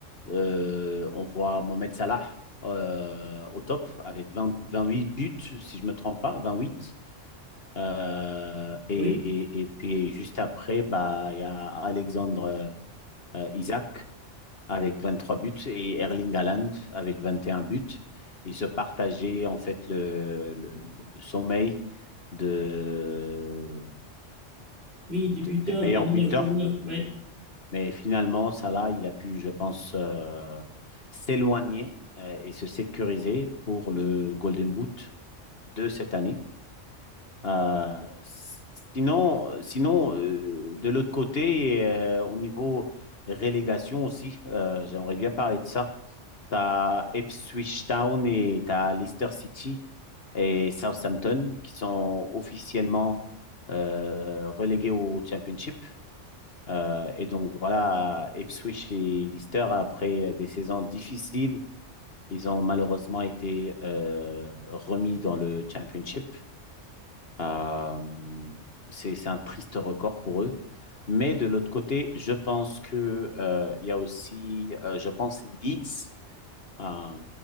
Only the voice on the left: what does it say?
euh, on voit Mohamed Salah euh, au top avec vingt vingt huit buts, si je ne me trompe pas, 28. Euh, et,
et, et puis juste après, bah, il y a Alexandre euh, Isaac avec 23 buts et Erling Haaland avec 21 buts. Ils se partageaient en fait le, le, le sommeil de
tes meilleurs
buteurs.
Mais finalement, Salah, il a pu, je pense, euh, s'éloigner euh, et se sécuriser pour le Golden Boot de cette année. Euh, sinon, sinon euh, de l'autre côté, euh, au niveau relégation aussi, euh, j'aimerais bien parler de ça. Tu as Ipswich Town et tu as Leicester City et Southampton qui sont officiellement euh, relégués au Championship. Euh, et donc voilà, Ipswich et Leicester, après des saisons difficiles, ils ont malheureusement été euh, remis dans le Championship. Euh, c'est, c'est un triste record pour eux. Mais de l'autre côté, je pense que euh, il y a aussi, euh, je pense, Leeds euh,